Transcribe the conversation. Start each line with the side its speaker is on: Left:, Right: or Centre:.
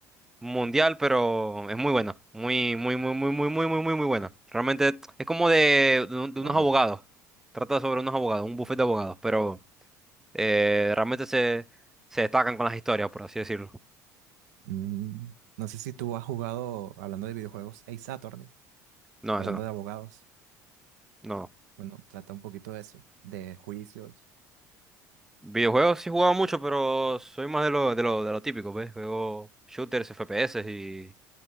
Centre: mundial, pero es muy buena. Muy, muy, muy, muy, muy, muy, muy, muy, muy buena. Realmente es como de, de un- de
Right: Wow.
Centre: unos abogados. Trata sobre unos abogados, un bufete de abogados, pero eh, realmente se, se destacan con las historias, por así decirlo.
Right: Mm, No sé si tú has jugado, hablando de videojuegos, Ace Attorney,
Centre: No,
Right: hablando
Centre: eso no.
Right: de abogados.
Centre: No.
Right: Bueno, trata un poquito de eso, de juicios.
Centre: Videojuegos sí he jugado mucho, pero soy más de lo, de lo, de lo típico, ¿ves? Juego shooters, FPS y